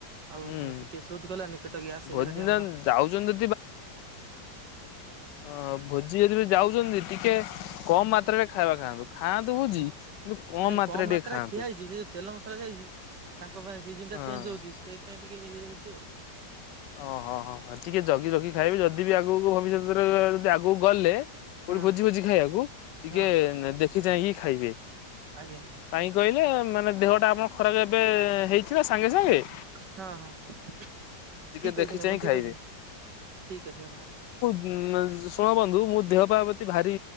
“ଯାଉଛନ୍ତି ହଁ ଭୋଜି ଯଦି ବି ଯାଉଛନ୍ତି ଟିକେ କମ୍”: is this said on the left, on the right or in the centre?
Left